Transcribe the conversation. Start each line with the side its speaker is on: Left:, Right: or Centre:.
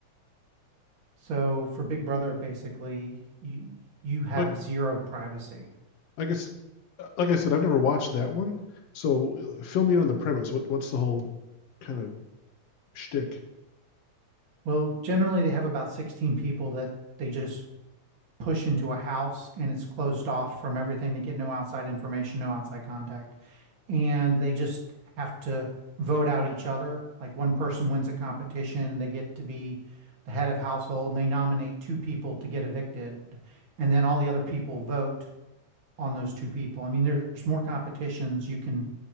Right: so for big brother basically you you have
Left: Like
Right: zero privacy
Left: I guess, uh, like I said, I've never watched that one. So uh, fill me in on the premise. What what's the whole kind of shtick?
Right: well generally they have about 16 people that they just push into a house and it's closed off from everything. They get no outside information, no outside contact. And they just have to vote out each other. Like one person wins a competition, they get to be the head of household and they nominate two people to get evicted. And then all the other people vote on those two people. I mean, there's more competitions you can